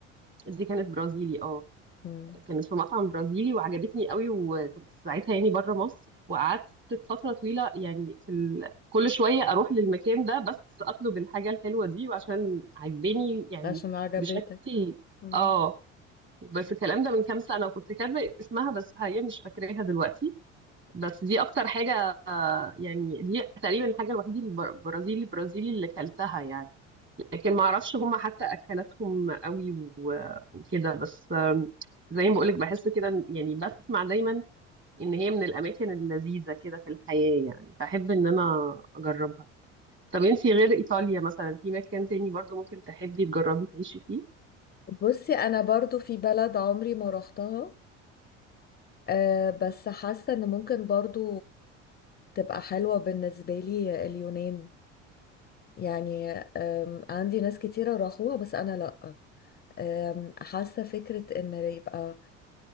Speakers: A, on the right (about 30°); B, on the left (about 25°).
A: دي كانت برازيلي اه
B: مم.
A: كانت في مطعم برازيلي وعجبتني قوي وكنت ساعتها يعني بره مصر وقعدت فترة طويلة يعني في ال... كل شوية اروح للمكان ده بس اطلب الحاجة الحلوة دي وعشان عجباني يعني
B: عشان عجبتك
A: بشكل
B: مم.
A: اه بس الكلام ده من كام سنة وكنت كاتبة اسمها بس حاليا مش فاكراها دلوقتي بس دي أكتر حاجة آه، يعني دي تقريبا الحاجة الوحيدة البر- البرازيلي البرازيلي اللي كلتها يعني لكن ما أعرفش هما حتى أكلاتهم قوي و- وكده بس آم، زي ما بقولك بحس كده إن- يعني بسمع دايما إن هي من الأماكن اللذيذة كده في الحياة يعني فأحب إن أنا أجربها طب أنتي غير إيطاليا مثلا في مكان تاني برضو ممكن تحبي تجربي تعيشي فيه؟
B: بصي انا برضو في بلد عمري ما روحتها أه بس حاسه ان ممكن برضو تبقى حلوه بالنسبه لي اليونان يعني أم، عندي ناس كتيره راحوها بس انا لا أم، حاسه فكره ان يبقى